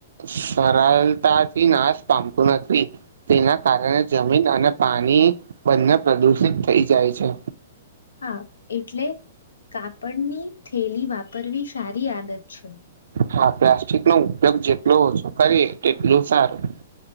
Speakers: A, on the right; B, on the left.
A: સરરલતાથી નાસ પામતું નથી. એના કારણે જમીન અને પાણી બંને પ્રદુષિત થઈ જાય છે.
B: હા એટલે કાપડની થેલી વાપરવી સારી આદત છે.
A: હા પ્લાસ્ટિક નો ઉપયોગ જેટલો ઓછો કરીએ તેટલું સારું